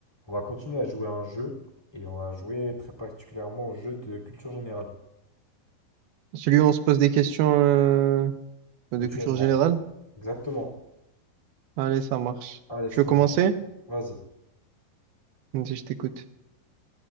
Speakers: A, on the left; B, on the right.
A: On va continuer à jouer à un jeu et on va jouer très particulièrement au jeu de culture générale,
B: Celui où on se pose des questions euh, de
A: mutuellement.
B: culture générale?
A: Exactement.
B: Allez, ça marche.
A: Allez,
B: Tu
A: je commence.
B: veux commencer?
A: Vas-y.
B: Vas-y, Je t'écoute.